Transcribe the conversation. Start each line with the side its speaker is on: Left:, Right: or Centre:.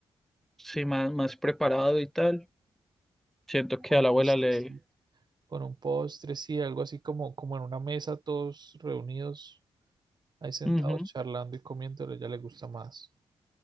Centre: sí, más, más preparado y tal. Siento que
Right: como
Centre: a la
Right: pues,
Centre: abuela le...
Right: sí. con un postre, sí, algo así como, como en una mesa, todos reunidos, ahí sentados
Centre: Ujú,
Right: charlando y comiéndolo, ya le gusta más.